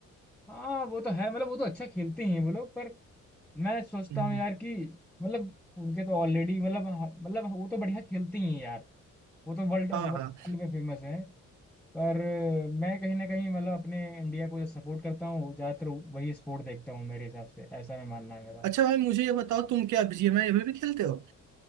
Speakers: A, in the centre; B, on the right.
A: हाँ वो तो है मतलब वो तो अच्छा खेलते हैं वो लोग पर मैं सोचता
B: हम्म।
A: हूँ यार कि मतलब उनके तो ऑलरेडी मतलब मतलब वो तो बढ़िया खेलती हैं यार वो तो वर्ल्ड वर्ल्ड
B: हाँ हाँ
A: में फेमस है पर अ, मैं कहीं ना कहीं मतलब अपने इंडिया को जो सपोर्ट करता हूँ ज्यादातर वही स्पोर्ट देखता हूँ मेरे हिसाब से ऐसा मैं मानना है मेरा
B: अच्छा भाई मुझे ये बताओ तुम क्या बीजीएमआई अभी भी खेलते हो